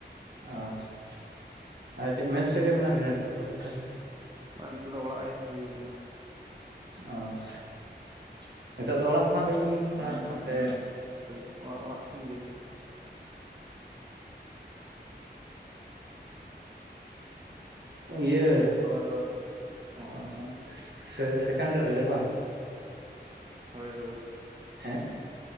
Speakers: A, on the right; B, on the right.
A: ᱚ <inaudible> ᱟᱨ ᱪᱮᱫ ᱢᱮᱥ ᱨᱮᱜᱮ ᱢᱮᱱᱟᱜ ᱵᱤᱱᱟ ᱱᱤᱛᱳᱜ ᱫᱚ ᱛᱟᱦᱚᱞᱮ,
B: ᱵᱟᱝ ᱱᱤᱛᱚᱜ ᱫᱚ ᱚᱲᱟᱜ ᱦᱮᱡ ᱦᱩᱭ ᱟᱠᱟᱱᱟ᱾
A: ᱚ <inaudible> ᱱᱤᱛᱚᱜ ᱫᱚ ᱚᱲᱟᱜ ᱠᱷᱚᱱᱟᱜ ᱜᱮᱵᱤᱱ ᱯᱟᱲᱦᱟᱜ ᱠᱟᱱᱟ ᱥᱮ,
B: ᱦᱳᱭ ᱚᱲᱟᱜ ᱚᱲᱟᱜ ᱠᱷᱚᱱ ᱜᱮ᱾
A: ᱚ <inaudible> <inaudible> ᱤᱭᱟᱹ
B: ᱚᱱᱠᱟ ᱫᱚ ᱦᱚᱸ
A: ᱚ <inaudible> ᱥᱮ ᱥᱮᱠᱮᱱᱰᱟᱨᱤ ᱨᱮ ᱵᱟᱝ?
B: ᱦᱳᱭ ᱦᱳᱭ᱾
A: ᱦᱮᱸ᱾